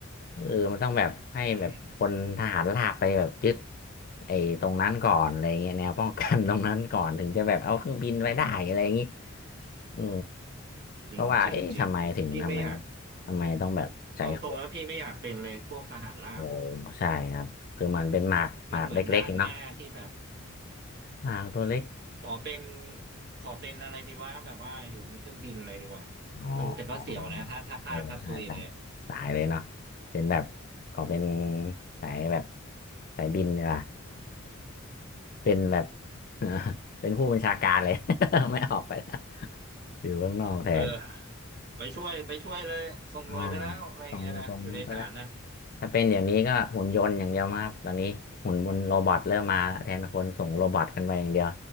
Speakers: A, on the left (about 45°); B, on the right (about 50°).
A: เออมันต้องแบบให้แบบคนทหารราบไปแบบยึด
B: ใช่
A: ไอ้ตรงนั้นก่อนอะไรเงี้ยแนวป้องกัน <laughs> ตรงนั้นก่อนถึงจะแบบเอาเครื่องบินไว้ได้อะไรอย่างงี้เออ
B: จริงจริงจริงพี่ไม่อยาก
A: เพราะว่าเอ๊ะทำไมถึงทำไมทำไมต้องแบบใช้โค
B: เอาตรงแล้วพี่ไม่อยากเป็นเลยพวกทหารราบ
A: โอ้ใช่ครับคือมันเป็นหมากหมากเล็กๆเนาะ
B: มันเหมือนด่านหน้าที่แบบ
A: หมากตัวเล็ก
B: ขอเป็นขอเป็นอะไรดีวะแบบว่าอยู่บนเครื่องบินอะไรดีกว่า
A: อ๋อ
B: ดูแต่ก็เสี่ยวนะถ้าถ้าพลาดก็ตุยเลยอะ
A: โอ้ใช่ครับสายเลยเนาะเป็นแบบขอเป็นสายแบบสายบินเนีกว่ย <laughs> เป็นแบบ <laughs> เออเป็นผู้บัญชาการเลย <laughs> ไม่ออกไปนะอยู่ข้างนอกแทน
B: เออ ไปช่วยไปช่วยเลยส่งหน่วยไปแล้วอะไรอย่างเงี้ยนะอยู่ในฐานนะ
A: อ๋อตรงตรงนู้นก็ได้ ถ้าเป็นเดี๋ยวนี้ก็หุ่นยนต์อย่างเดียวมากครับตอนนี้หุ่นบนโรบอทเริ่มมาแล้วแทนคนส่งโรบอทกันไปอย่างเดียว